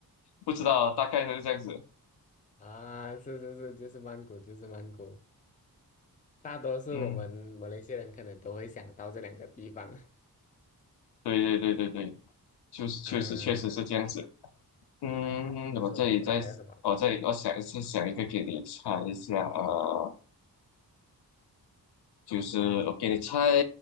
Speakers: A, on the left; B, on the left.
A: 不知道，大概就是这样子。
B: 啊，是是是，就是曼谷，就是曼谷，大多数我们马来西亚人可能都会想到这两个地方。
A: 嗯，
B: <laughs>
A: 对对对对对，就是确实确实是这样子。
B: 啊，
A: 嗯，
B: 不错不错，
A: 我这里再，
B: 还有什么
A: 我这里我想再想一个给你猜一下啊、呃就是我给你猜，